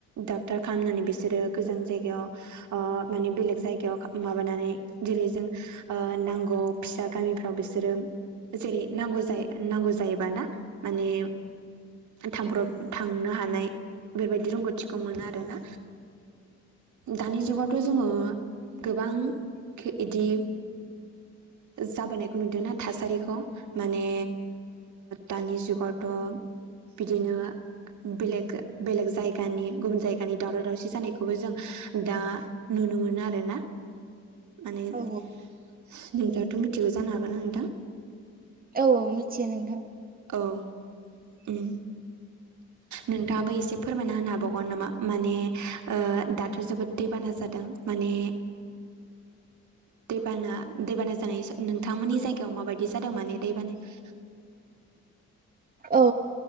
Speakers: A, on the right; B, on the right.
A: डक्टार खालामनानै बिसोरो गोजान जायगायाव ओ माने बेलेग जायगायाव माबानानै जेरै जों ओ नांगौ फिसा गामिफोर आव बिसोरो जेरै नांगौ जायो नांगौ जायोबा ना माने थांब्रब थांनो हानाय बेबायदि रोंग'थिखौ मोनो आरोना। दानि जुगावथ' जोङो गोबां एदि जाबोनाय खौ नुदों ना थासारिखौ माने दानि जुगावथ' बिदिनो बेलेग-बेलेग जायगानि गुबुन जायगानि दावराव-दावसि जानाय खौबो जों दा नुनो मोनो आरोना माने नोंथाङाथ'
B: औ
A: मिथिगौ जानो हागौ ना नोंथां?
B: औ औ मिथियो नोंथां।
A: औ उम नोंथाङाबो एसे फोरमायना होनो हाबावगोन नामा? माने दाथ' जोबोद दैबाना जादों माने दैबाना दैबाना जानाय नोंथांमोननि जायगायाव माबायदि जादों माने दैबानाया?
B: औ